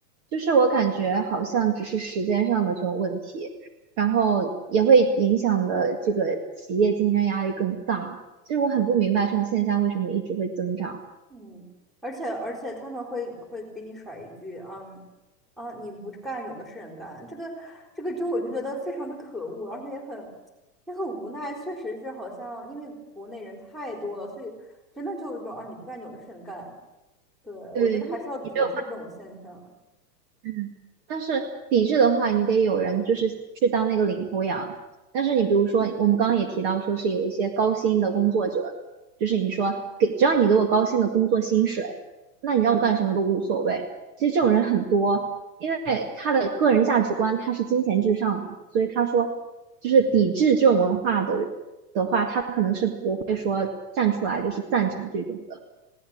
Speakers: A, on the right; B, in the centre.
A: 就是我感觉好像只是时间上的这种问题，然后也会影响的这个企业竞争压力更大。就是我很不明白这种现象为什么一直会增长。
B: 嗯，而且而且他们会会给你甩一句，嗯，啊，你不干，有的是人干，这个这个就我就觉得非常的可恶，而且也很也很无奈，确实是好像因为国内人太多了，所以真的就是说啊，你不干，有的是人干，对，
A: 对，
B: 我觉得还是要抵制这种现象。
A: 你没有嗯，但是抵制的话，你得有人就是去当那个领头羊。但是你比如说，我们刚刚也提到，说是有一些高薪的工作者，就是你说给只要你给我高薪的工作薪水，那你让我干什么都无所谓。其实这种人很多，因为他的个人价值观他是金钱至上的，所以他说就是抵制这种文化的的话，他可能是不会说站出来就是赞成这种的。